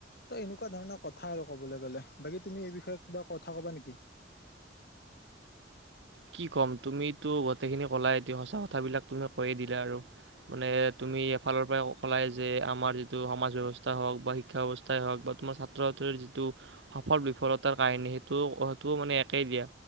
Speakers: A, on the left; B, on the right.
A: ত' এনেকুৱা ধৰণৰ কথা আৰু ক'বলৈ গ'লে বাকী তুমি এই বিষয়ে কিবা কথা ক'বা নেকি?
B: কি ক'ম তুমিতো গোটেইখিনি ক'লাই এয়া সঁচা কথাবিলাক তুমি কৈয়ে দিলা আৰু। মানে তুমি এফালৰ পৰাই কলাই যে আমাৰ যিটো সমাজ ব্যৱস্থা হওক বা শিক্ষা ব্যৱস্থাই হওক বা তোমাৰ ছাত্ৰ ছাত্ৰীৰ যিটো সফল বিফলতাৰ কাহিনী সেইটো সেইটো মানে একেই দিয়া।